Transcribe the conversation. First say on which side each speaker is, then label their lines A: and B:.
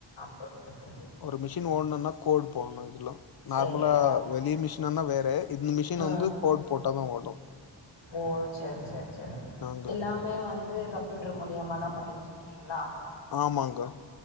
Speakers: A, on the left (about 80°); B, on the left (about 50°).
A: புரியுது புரி
B: ஒரு மிஷின் ஓடணுனா கோட் போடணு இதுல நார்மலா
A: சேரிங்க
B: வெளி மிஷினனா வேற இந்த மிஷின்
A: ஆ
B: வந்து கோட் போட்டாதா ஓடு
A: ஓ சேர் சேர் சேரி
B: ஆங்க
A: எல்லாம் மே வந்து கம்ப்யூட்டர் மூலியமாதா பண்ணிகிட்டு இருக்கீங்களா
B: ஆமாங்க